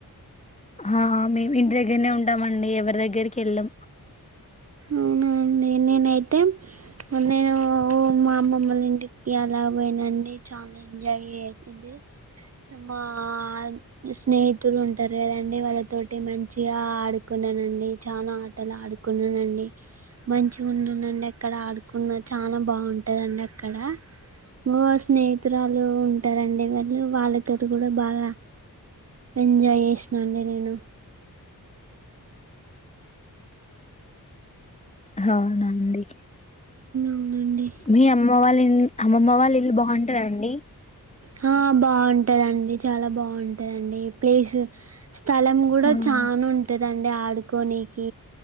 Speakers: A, on the left (about 20°); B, on the right (about 45°).
A: హా మేము ఇంటి దగ్గరనే ఉంటామండి ఎవరి దగ్గరికి ఎల్లం
B: అవున అండి నేనై అయితే నేనూ హు ఓ మా అమ్మ అమ్మల ఇంటికి అల పోయిన అండి చాలా ఎంజాయ్ చేసింది మ్మాద్ స్నేహితులు ఉంటారు కద అండి వాళ్ళతోటి మంచిగా ఆడుకున్నానఅండి చాల అ ఎలా ఆడుకున్నాన్ అండ్ హి మంచిగా ఉన్నాన అండి అక్కడ ఆడుకున్న చాలా బాగుంటదఅండి అక్కడ ఓ స్నేహితురాలు ఉ ఉంటార అండి మళ్ళీ వాళ్ళతో కూడా బాగా ఎంజాయ్ చేసినా అండి నేను
A: హౌన అండీ
B: అవునండి
A: మీ అమ్మ వాళ్ళ ఇల్ అమ్మ అమ్మ వాల్ ఇళ్ళు బాగుంటద అండి
B: హ బాగుంటద అండి చాలా బాగుంటద అండి ప్లేసూ హ్ స్థలం కూడా
A: ఆ!
B: చాన్ఉంటద అండి ఆడ్కొనికి